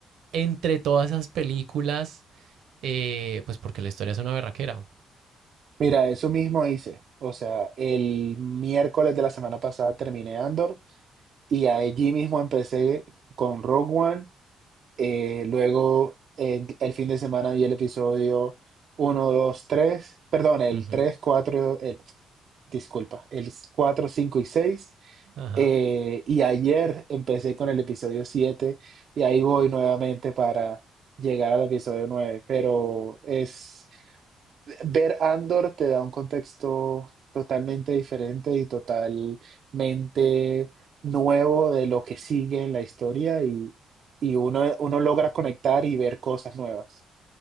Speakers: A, on the right (about 75°); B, on the right (about 55°).
A: entre todas esas películas, eh, pues porque la historia es una berraquera.
B: Mira, eso mismo hice. O sea, el miércoles de la semana pasada terminé Andor Y allí mismo empecé con Rogue One. eh, luego en- el fin de semana vi el episodio uno 2 tres Perdón, el
A: Ujú,
B: 3 4 el- disculpa, el 4 5 y seis
A: Ajá.
B: eh, y ayer empecé con el episodio 7 y ahí voy nuevamente para llegar al episodio nueve Pero es ver Andor te da un contexto totalmente diferente y totalmente nuevo de lo que sigue en la historia y, y uno, uno logra conectar y ver cosas nuevas.